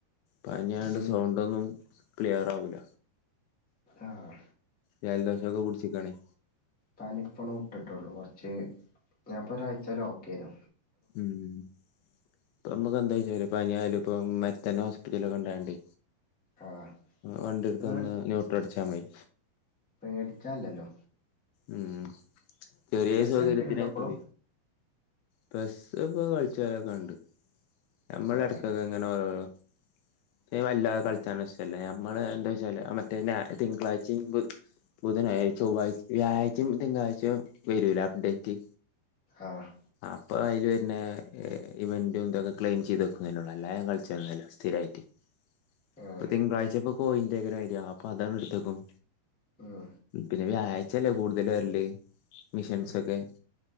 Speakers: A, on the left; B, in the centre.
A: പനിണ്ട്
B: ഉം
A: സൗണ്ടൊന്നും ക്ലിയർ ആവൂല.
B: ആഹ്.
A: ജല്ദോശക്ക പിടിച്ചിക്കണി-
B: പനിപ്പൊന്ന്ഒക്കെട്ടുള്ളൂ കൊറച്ച് ഞാൻപ്പൊ ഒരാഴ്ച്ചേല ഓക്കേരുന്നു.
A: ഉം ഇപ്പ നമുക്ക്ന്താെച്ച ഇപ്പ പനിയായലുപ്പൊഅപ്പത്തന്നേ ഹോസ്പിറ്റലക്കൊണ്ടോണ്ടേ?
B: ആഹ്
A: വണ്ടി ഇട്ത്ത്
B: പേടി
A: വന്ന് ന്യൂട്ര അടിച്ചാമതി
B: പേടിച്ചാല്ലല്ലോ?
A: ഉം ചെറിയ
B: ബസ്
A: സൗകര്യാത്തിന്നായിക്ക
B: കളിക്കലുണ്ടോ ഇപ്പളും
A: പ്ലസ്ടുപ്പോ പഠിച്ചോരൊക്കെണ്ട് നമ്മൾ
B: ഏഹ്
A: ഇടക്കക്ക എങ്ങനെ ഓരോ ഓരോ
B: <inaudible>
A: ദേവല്ലാതെ കളിച്ചാണ് ഷ്ടല്ല നമ്മള് എന്താ വെച്ചാല് മറ്റേ തിങ്കളാഴ്ച്ചയും ബുധനാഴ്ച ചൊവ്വാഴ്ച വ്യാഴ്ച തിങ്കാഴ്ച വരൂല അപ്ഡേറ്റ്
B: ആഹ്
A: അപ്പൊ അയ്ൽ വരുന്നെ ഇവന്റും ഇന്തൊക്കെ ക്ലെയിം ചെയ്ത് വെക്കുന്നള്ളൂ അല്ലാതെ ഞൻ കളിച്ച തന്ന സ്ഥിരമായിട്ട്
B: ഏഹ്
A: ഇപ്പൊ തിങ്കളാഴ്ചപ്പോ കോയിന്റെരായിയ അപ്പൊ അതണ്ട് എടുത്തേക്കും
B: ഉം
A: പിന്നെ വ്യാഴാ ചില കൂടുതൽ വരല്ല് മിഷൻസൊക്കെ
B: ഉം